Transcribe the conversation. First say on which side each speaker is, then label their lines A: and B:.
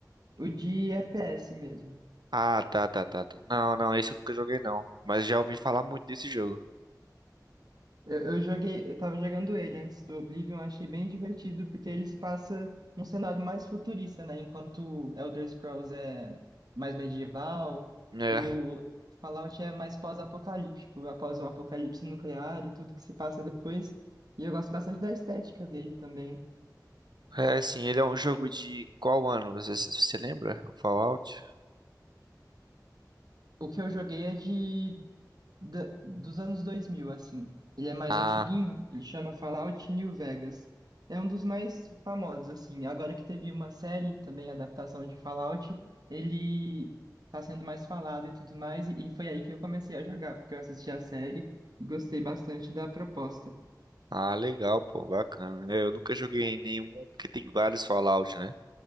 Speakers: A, on the right; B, on the right.
A: O de FPS mesmo.
B: Ah, tá, tá, tá, tá. Não, não, esse eu nunca joguei não, mas já ouvi falar muito desse jogo.
A: Eu, eu joguei, eu tava jogando ele antes do Oblivion, achei bem divertido, porque ele se passa num cenário mais futurista, né? Enquanto Elder Scrolls é mais medieval,
B: É.
A: o Fallout é mais pós-apocalíptico, após um apocalipse nuclear e tudo que se passa depois. E eu gosto bastante da estética dele também.
B: É, assim, ele é um jogo de qual ano? Você, você lembra? O Fallout?
A: O que eu joguei é de da- dos anos 2000 assim. Ele é mais
B: Ah,
A: antiguinho, ele chama Fallout New Vegas. É um dos mais famosos, assim. Agora que teve uma série, também adaptação de Fallout, ele tá sendo mais falado e tudo mais, e, e foi aí que eu comecei a jogar, porque eu assisti a série e gostei bastante da proposta.
B: ah, legal, pô, bacana. É, Eu nunca joguei nenhum, porque tem vários Fallout, né?